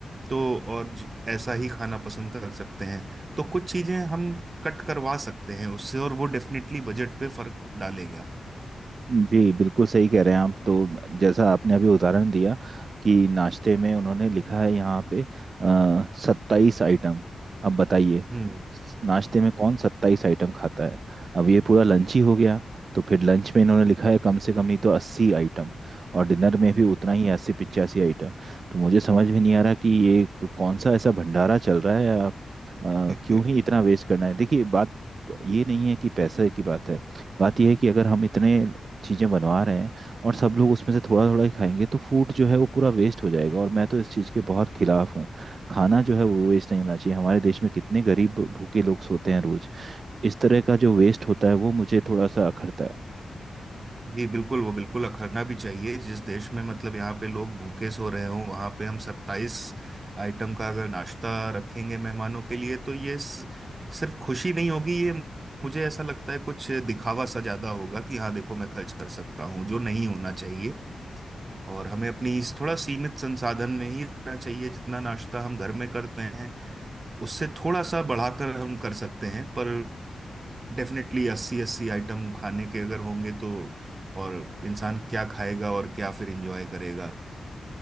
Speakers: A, on the right; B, on the right.
A: तो और ज- ऐसा ही खाना पसंद कर सकते हैं तो कुछ चीजें हम कट करवा सकते हैं उससे और वो डेफिनेटली बजट पे फर्क डालेगा
B: जी बिल्कुल सही कह रहे हैं आप तो जैसा आपने अभी उदाहरण दिया कि नाश्ते में उन्होंने लिखा है यहाँ पे सत्ताईस आइटम अब बताइए
A: हम्म
B: नाश्ते में कौन सत्ताईस आइटम खाता है अब ये पूरा लंच ही हो गया तो फिर लंच में इन्होंने
A: <laughs>
B: लिखा है कम से कम नहीं तो अस्सी आइटम और डिनर में
A: हम्म।
B: भी उतना ही अस्सी पिचासी आइटम तो मुझे समझ में नहीं आ रहा कि ये कौन सा ऐसा भंडारा चल रहा है या अ,
A: <laughs>
B: क्यों ही इतना वेस्ट करना है देखिए बात ये नहीं है कि पैसे की बात है बात यह है कि अगर हम इतने चीज़ें बनवा रहे हैं और सब लोग उसमें से थोड़ा थोड़ा ही खाएंगे तो फूड जो है वो पूरा वेस्ट हो जाएगा और मैं तो इस चीज़ के बहुत खिलाफ हूँ खाना जो है वो वेस्ट नहीं होना चाहिए हमारे देश में कितने गरीब भूखे लोग सोते हैं रोज इस तरह का जो वेस्ट होता है वो मुझे थोड़ा सा अखरता है
A: जी बिल्कुल वो बिल्कुल अखरना भी चाहिए जिस देश में मतलब यहाँ पे लोग भूखे सो रहे हों वहां पे हम सत्ताईस आइटम का अगर नाश्ता रखेंगे मेहमानों के लिए तो ये स- सिर्फ खुशी नहीं होगी ये मुझे ऐसा लगता है कुछ दिखावा सा ज्यादा होगा कि हाँ देखो मैं खर्च कर सकता हूँ जो नहीं होना चाहिए और हमें अपनी इस थोड़ा सीमित संसाधन में ही रहना चाहिए जितना नाश्ता हम घर में करते हैं उससे थोड़ा सा बढ़ाकर हम कर सकते हैं पर डेफिनेटली अस्सी अस्सी आइटम खाने के अगर होंगे तो और इंसान क्या खाएगा और क्या फिर एंजॉय करेगा